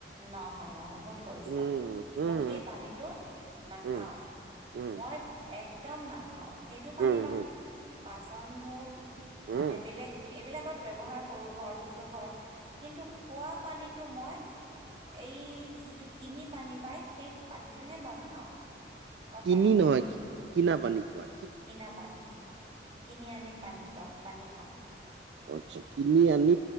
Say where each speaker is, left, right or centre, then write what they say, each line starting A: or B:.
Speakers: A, on the right (about 35°); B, on the right (about 75°).
A: নহয়, নহয় ভুল কৰিছা
B: উম উম
A: মই সেই পানীটো নাখাওঁ।
B: উম উম
A: মই এক একদম নাখাওঁ। সেইটো পানী
B: উম
A: মই
B: উম
A: বাচন ধোওঁ,
B: উম
A: মানে বেলেগ এইবিলাকত ব্যৱহাৰ কৰোঁ, ঘৰ মুচো ঘৰ কিন্তু খোৱা পানীটো মই এই যিটো কিনি পানী পায়। সেই পানীটোহে মই খাওঁ। গম
B: কিনি
A: পালা
B: নহয়, কিনা পানী কোৱা।
A: কিনা পানী, কিনি আনি পানী লওঁ, পানী খাওঁ।
B: আচ্ছা, কিনি আনি